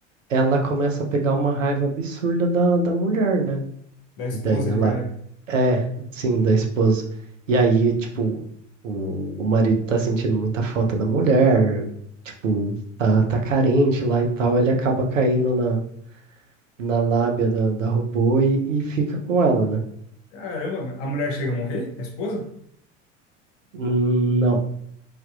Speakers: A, on the right; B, on the left.
A: ela começa a pegar uma raiva absurda da, da mulher, né?
B: Da esposa
A: E daí ela
B: de verdade.
A: é, sim, da esposa. E aí, tipo, o, o marido tá sentindo muita falta da mulher, tipo, tá, tá carente lá e tal, ele acaba caindo na na lábia da, da robô e, e fica com ela, né?
B: Caramba, a mulher chega a morrer? A esposa?
A: Hum, Não,